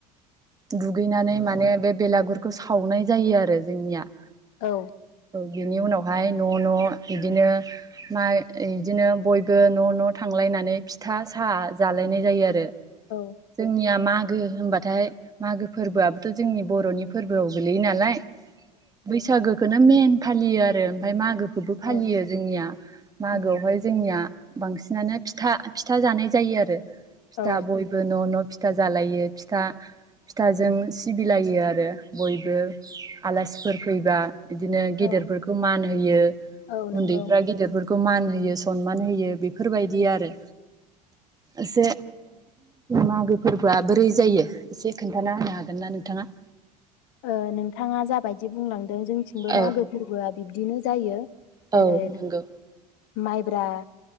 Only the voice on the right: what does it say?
दुगैनानै माने बे बेलागुरखौ सावनाय जायो आरो जोंनिया ।
बिनि उनावहाय न' न' बिदिनो माइ बिदिनो बयबो खौ न' न' थांलायनानै फिथा साहा जालायनाय जायो आरो
जोंनिया मा गो होनोमबाथाय मागो फोरबोआबोथ' जोंनि बर'नि फोरबोआव गोलैयो नालाय बैसागोखौनो मेन फालियो आरो ओमफफ्राय मागोखौबो फालियो
जोंनिया मागोआवहाय
जोंनिया बांसिनानो फि था फिथा जानाय जायो आरो फिथा
बयबो न' न' फिथा जालायो । फिथा फिथाजों सिबिलायो आरो बयबो आलासि फैबा बिदिनो गेदेरफोरखौ
मान होयो
उन्दैफ्रा गेदेरफोरखौ खौ मान होयो सनमान होयो बेफोरबायदि आरो एसे मागो फोरबो बोरै जायो एसे खोन्थाना होनो हागोनना नोंथांङा?
औ
औ
नंगौ